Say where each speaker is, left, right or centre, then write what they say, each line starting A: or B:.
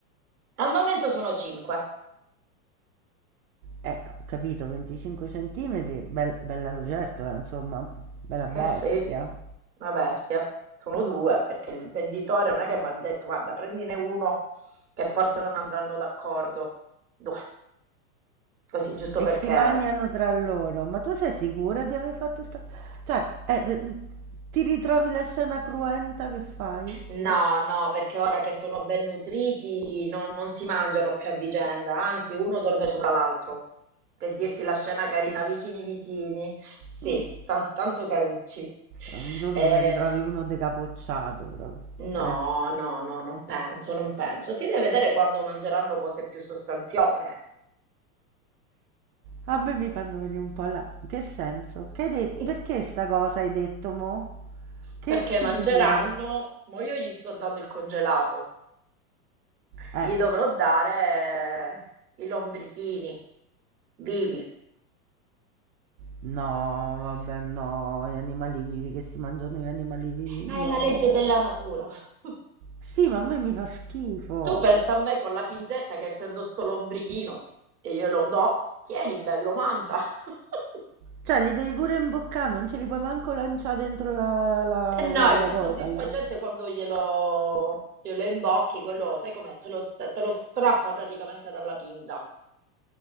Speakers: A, on the right; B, on the right.
A: Al momento sono 5.
B: Eh, ho capito, 25 centimetri, bel- bella lucertola, insomma, bella bestia.
A: Eh sì, una bestia. Sono due perché il venditore non è che mi ha detto, guarda, prendine uno che forse non andranno d'accordo. Due, così giusto perché...
B: E si mangiano tra loro. Ma tu sei sicura di aver fatto sta... Cioè, eh, eh, ti ritrovi la scena cruenta che fai?
A: No, no, perché ora che sono ben nutriti non, non si mangiano più a vicenda, anzi uno dorme sopra l'altro. Per dirti la scena carina, vicini vicini. Sì,
B: Mm.
A: tan- tanto carucci.
B: Un giorno
A: Eh,
B: ne ritrovi uno decapocciato proprio. Dai.
A: no, no, no, non penso, non penso. Si deve vedere quando mangeranno cose più sostanziose.
B: A me mi fanno venire un po' la in che senso? Che hai detto?
A: <laughs>
B: Perché sta cosa hai detto mo? Che
A: Perché
B: significa
A: mangeranno,
B: la cosa?
A: ma io gli sto dando il congelato.
B: Eh,
A: Gli dovrò dare eh, i lombrichini vivi.
B: no,
A: S-
B: vabbè, no, gli animali vivi che si mangiano gli animali vivi,
A: Ma
B: no.
A: è la legge della natura. <laughs>
B: Sì, ma a me mi fa schifo.
A: Tu pensa a me con la pinzetta che prendo sto lombrichino e io lo do, tieni bello, mangia. <laughs>
B: Cioè, li devi pure imboccare, non ce li puoi manco lanciare dentro la, la-
A: E no, è
B: la
A: più
B: cosa
A: soddisfacente
B: là.
A: quando glielo, glielo imbocchi, quello, sai com'è, te lo, te lo strappa praticamente dalla pinza.